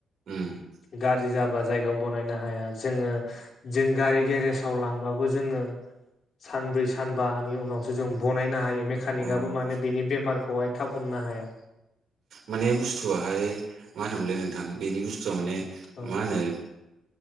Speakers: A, on the right; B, on the left.
A: उम
B: गाज्रि जा बा जनो बनायनो हाया जोङो जों गारि गेरेजाव लांबाबो जोङो सानब्रै सानबानि उनावसो जों बनायनो हायो। मेकानिकआबो
A: अ
B: माने बिनि बेमारखौहाय थाब हमनो हाया।
A: माने
B: औ
A: बुस्थुआाहाय मा होनोमोनलाय नोंथां बेनि बुस्थुआ माने
B: औ
A: मा होनो।